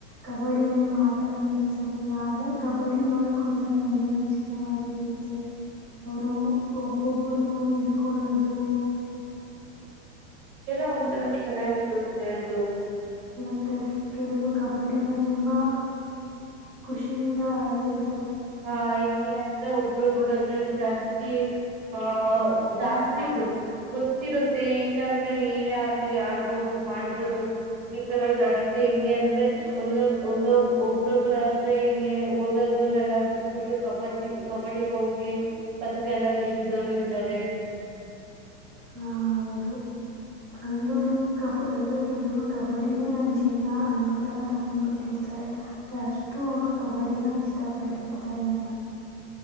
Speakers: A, on the right; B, on the right.
A: ಕಬಡ್ಡಿಯನ್ನು ಆ ಆಡ್ ಇರ್ತಿರ್ಲಿಲ್ಲ ಆದ್ರೆ ಕಬಡ್ಡಿ ನೋಡಕ್ ಒಂಥರ ಮನೋರಂಜಿತವಾಗಿರುತ್ತೆ ಅವರು ಒಬ್ಬೊಬ್ಬರನು ಇಡ್ಕೊಳದು
B: ಇಲ್ಲ ಒಥರ ಚೆನ್ನಾಗಿರುತ್ತೆದು
A: ಮತ್ತೆ ಕೆಲವರು ಕಬಡ್ಡಿನ ತುಂಬಾ ಖುಷಿಯಿಂದ ಆಳ್ತಿರ್
B: ಹಾ ಇಲ್ಲಿ ಅಂದ್ರೆ ಒಬ್ರೊಬ್ಬರು ಅದ್ರಲ್ಲಿ ಜಾಸ್ತಿ ಆಹ ಜಾಸ್ತಿ ಗೊ ಗೊತ್ತಿರುತ್ತೆ ಏನ ಅಂದ್ರೆ ಏನೇ ಆಗ್ಲಿ ಆಡ್ಬೋದು ಮಾಡ್ಬೋದು ಈ ಸರ ಜಾಸ್ತಿ ಹೆಂಗೆ ಅಂದ್ರೆ ಒಂದೊ ಒಂದೊ ಒಬ್ರೊಬ್ಬರಾದ್ರೆ ಹಿಂಗೆ ಓದೋದನ್ನೆಲ್ಲ ಬಿಟ್ಬಿಟ್ಟು ಕಬಡ್ಡಿ ಕಬಡಿಗ್ ಹೋಗಿ ಪದಕ ಎಲ್ಲ ಗೆದ್ದಿದೋರು ಇದಾರೆ
A: ಹ ಹೌದು ಅಂದ್ರುನು ಕಬ ಅಂದ್ರೆ ಕೆಲವರು ಕಬಡ್ಡಿನೇ ನನ್ ಜೀವನ ಅನ್ನೋ ತರ ತಗೊಬಿಟ್ಟಿರ್ತಾರೆ ಆದ್ರೆ ಅಷ್ಟು ಅವರು ಕಬಡ್ಡಿನ ಇಷ್ಟ ಪಡ್ತಿರ್ತಾರೆ ಅಂತ